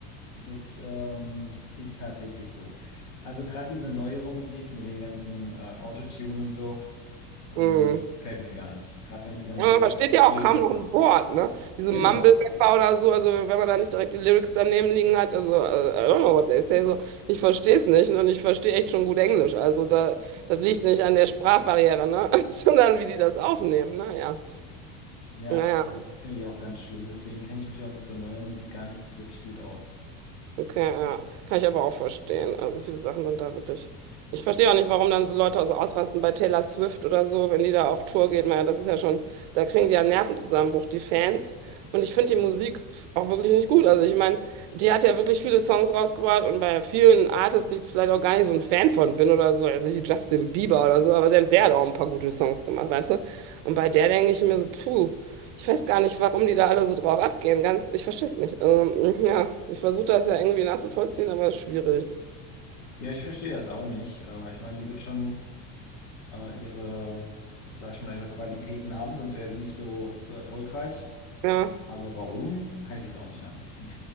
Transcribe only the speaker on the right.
Mhm.
Ja,
man versteht
ja auch kaum noch ein Wort, ne? Diese
Mumble-Rapper oder so, also wenn man da nicht direkt die Lyrics daneben liegen hat, also äh, I don't know what they say, so, ich verstehe es nicht und ich verstehe echt schon gut Englisch. Also da, das liegt nicht an der Sprachbarriere, ne? <laughs> Sondern wie die das aufnehmen, ne? Ja.
Ja, ja,
okay, ja. Kann ich aber auch verstehen. Also viele Sachen sind da wirklich. Ich verstehe auch nicht, warum dann so Leute so ausrasten bei Taylor Swift oder so, wenn die da auf Tour geht. Man, das ist ja schon, da kriegen die ja einen Nervenzusammenbruch, die Fans. Und ich finde die Musik auch wirklich nicht gut. Also ich meine, die hat ja wirklich viele Songs rausgebracht und bei vielen Artists, die ich vielleicht auch gar nicht so ein Fan von bin oder so, also wie Justin Bieber oder so, aber selbst der hat auch ein paar gute Songs gemacht, weißt du? Und bei der denke ich mir so, puh. Ich weiß gar nicht, warum die da alle so drauf abgehen. Ganz, ich verstehe es nicht. Also, ja, ich versuche das ja irgendwie nachzuvollziehen, aber es ist schwierig.
Ja,